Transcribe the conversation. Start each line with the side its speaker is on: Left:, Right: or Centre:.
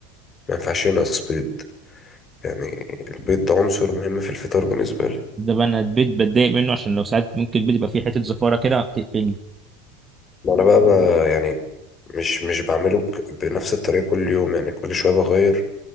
Left: ما ينفعش ينقص بيض يعني البيض ده عنصر مهم في الفطار بالنسبه لي
Right: ده بقى انا البيض بتضايق منه عشان لو ساعات ممكن البيض يبقى فيه حته زفاره كده تقفلني
Left: ما انا بقى, بقى يعني مش مش بعمله بك- بنفس الطريقه كل يوم يعني كل شويه بغير